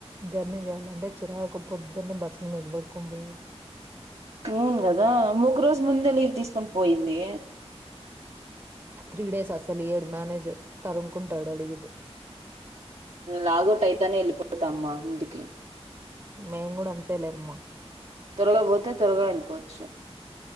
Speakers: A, on the right; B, on the right.
A: జర్నీ చేయాలంటే చిరాకు పొద్దున్నే బస్సు నిలబడుకొని పోవాలి.
B: అవును కదా, ఒక రోజు ముందే లీవ్ తీసుకుని పోయింది.
A: త్రీ డేస్ అస్సలు ఈయడు మేనేజర్ తరుముకుంటాడు అడిగితే.
B: లాగోట్ అయితానే వెళ్ళిపోతా అమ్మా ఇంటికి.
A: మేంగూడ అంతే లెమ్మా.
B: త్వరగా పోతే త్వరగా వెళ్లిపోవచ్చు.